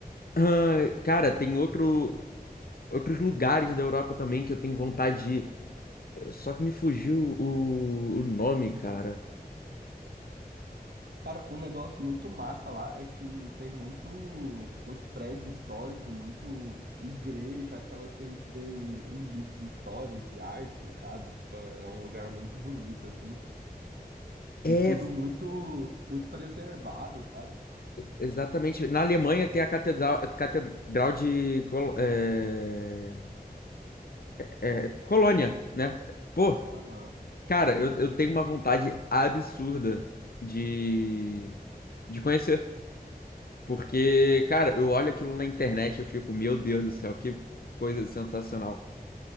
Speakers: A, on the left (about 65°); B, on the right (about 80°).
A: Ah, cara, tem outro, outros lugares da Europa também que eu tenho vontade de ir. Só que me fugiu o, o nome, cara.
B: Cara, um negócio muito massa lá é que tem muito, muito prédio histórico, muito igreja, aquelas que a gente vê em livro de história, de arte, sabe? Tipo, é é um lugar muito bonito, assim.
A: É
B: E tudo muito, muito preservado, sabe?
A: Exatamente. Na Alemanha tem a Catedral, Catedral de Col- é, é, Colônia, né? Pô,
B: Aham.
A: cara, eu, eu tenho uma vontade absurda de, de conhecer. Porque, cara, eu olho aquilo na internet e eu fico, meu Deus do céu, que coisa sensacional.